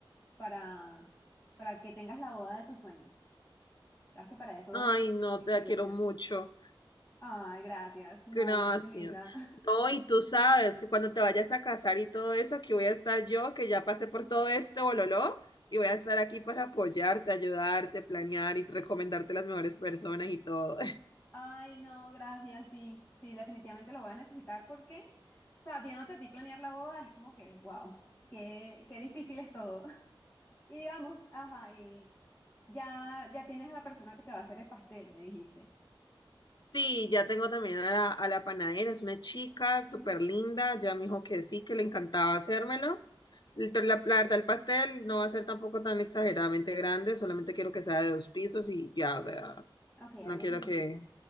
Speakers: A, on the left; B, on the left.
A: para, para que tengas la boda de tus sueños. Sabes que para eso
B: Ay, no,
A: estoy
B: te la quiero
A: yo, yo.
B: mucho.
A: Ay, gracias. No,
B: Gracias.
A: qué linda. <laughs>
B: No, y tú sabes que cuando te vayas a casar y todo eso, aquí voy a estar yo, que ya pasé por todo este bololó, y voy a estar aquí para apoyarte, ayudarte, planear y recomendarte las mejores personas y todo.
A: Ay, no, gracias. Sí, sí, definitivamente lo voy a necesitar porque, o sea, viéndote a ti planear la boda es como que, wow, qué, qué difícil es todo. <laughs> Y digamos, ajá, y ya, ya tienes a la persona que te va a hacer el pastel, me dijiste.
B: Sí, ya tengo también a la, a la panadera, es una chica
A: Ujú.
B: súper linda, ya me dijo que sí, que le encantaba hacérmelo. El- La, la verdad, el pastel no va a ser tampoco tan exageradamente grande, solamente quiero que sea de dos pisos y ya, o sea,
A: Ok,
B: no
A: algo
B: quiero
A: sencillito.
B: que...